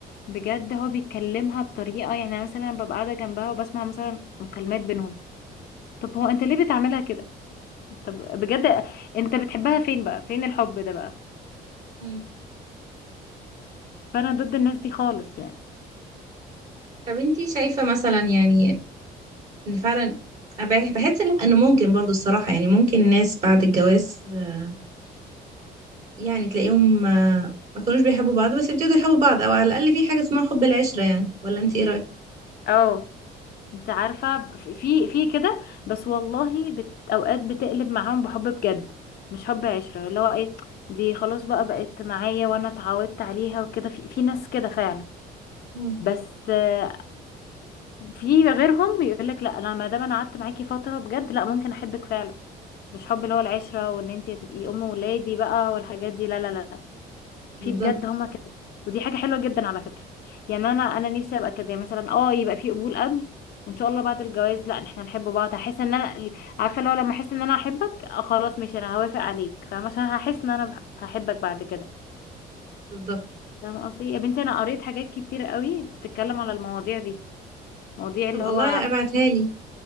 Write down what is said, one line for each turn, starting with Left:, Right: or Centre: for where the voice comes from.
Left: بجد هو بيكلمها بطريقه يعني أنا مثلا ببقى قاعده جنبها وبسمع مثلا مكالمات بينهم طب هو انت ليه بتعملها كده طب بجد انت بتحبها فين بقى فين الحب ده بقى
Right: مم.
Left: فانا ضد الناس دي خالص يعني
Right: طب انتي شايفة مثلا يعني ان فعلا أنا بح- بحس ان إن ممكن برضو الصراحة يعني ممكن ناس بعد الجواز آه، يعني تلاقيهم آه، ما كانوش بيحبوا بعض بس يبتدوا يحبوا بعض او على الاقل في حاجة اسمها حب العشرة يعني ولا انت ايه رأيك
Left: اه انت عارفه في في في كده بس والله بت... اوقات بتقلب معاهم بحب بجد مش حب عشره اللي هو ايه دي خلاص بقى بقت معايا وانا اتعودت عليها وكده في في ناس كده فعلا
Right: مم.
Left: بس آه، في غيرهم يقول لك لا انا ما دام انا قعدت معاكي فتره بجد لا ممكن احبك فعلا مش حب اللي هو العشره وان انت تبقي ام ولادي بقى والحاجات دي لا لا لا لا. في
Right: بالظبط
Left: بجد هما كده ودي حاجه حلوه جدا على فكره يعني انا انا نفسي ابقى كده يعني مثلا اه يبقى في قبول قبل وان شاء الله بعد الجواز لا احنا نحب بعض هحس ان انا عارفه لو لما احس ان انا احبك آه، خلاص ماشي انا هوافق عليك فاهمه عشان هحس ان انا بح- هحبك بعد كده
Right: بالظبط
Left: فاهمه قصدي يا بنتي انا قريت حاجات كتير قوي بتتكلم على المواضيع دي مواضيع اللي
Right: طب الله
Left: هو
Right: لا ابعتها لي